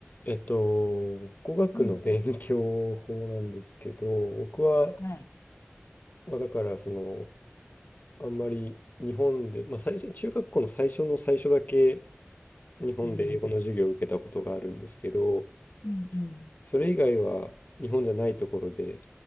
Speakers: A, on the left; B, on the left.
A: えっと、語学の勉強法なんですけど、
B: うん。
A: 僕は、
B: はい。
A: まあ、だからその、あんまり日本で、まあ、最初、中学校の最初の最初だけ日本で英語の授業を受けたことがあるんですけど、
B: うん、うん、うん。
A: それ以外は日本じゃないところで